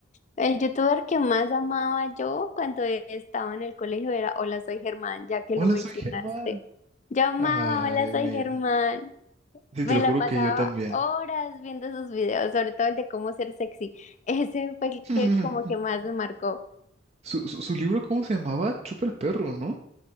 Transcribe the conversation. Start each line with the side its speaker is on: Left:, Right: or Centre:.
Left: El youtuber que más amaba yo cuando estaba en el colegio era Hola, soy Germán, ya que
Right: Hola,
Left: lo mencionaste.
Right: soy Germán.
Left: Yo amaba
Right: Ay,
Left: Hola, soy
Right: mira.
Left: Germán.
Right: Sí,
Left: Me
Right: te lo
Left: la
Right: juro
Left: pasaba
Right: que yo también.
Left: horas viendo sus videos, sobre todo el de cómo ser sexy. <laughs> Ese fue el
Right: <laughs>
Left: que como que más me marcó.
Right: Su, su, su libro, ¿cómo se llamaba? Chupa el perro, ¿no?